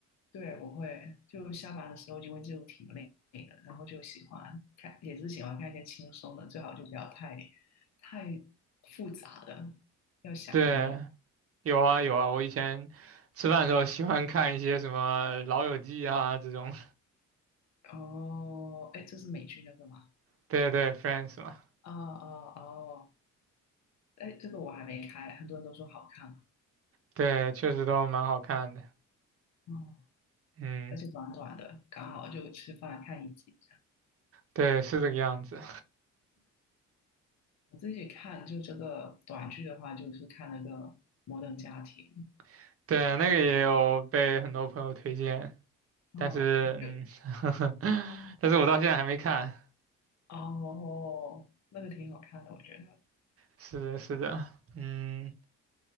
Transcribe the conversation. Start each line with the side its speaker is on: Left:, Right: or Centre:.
Left: 对，我会就下班的时候，因为就挺累的，然后就喜欢看，也是喜欢看一些轻松的，最好就不要太太复杂的，要想的那种。
Right: 对，有啊有啊，我以前吃饭的时候喜欢看一些什么《老友记》啊这种，
Left: 哦，哎，这是美剧那个吗？
Right: <laughs> 对对，Friends 嘛，
Left: 哦哦哦哎，这个我还没开，很多人都说好看嘛，
Right: 对，确实都蛮好看的。
Left: 哦，
Right: 嗯，
Left: 而且短短的，刚好就吃饭看一集
Right: 对，是这个样子。
Left: 我自己看就这个短剧的话，就是看那个《摩登家庭》，
Right: <laughs> 对，那个也有被很多朋友推荐，
Left: 哦，
Right: 但是嗯，
Left: 我觉得
Right: <laughs> 但是我到现在还没看。
Left: 哦，那个挺好看的，我觉得。
Right: 是的，是的，嗯，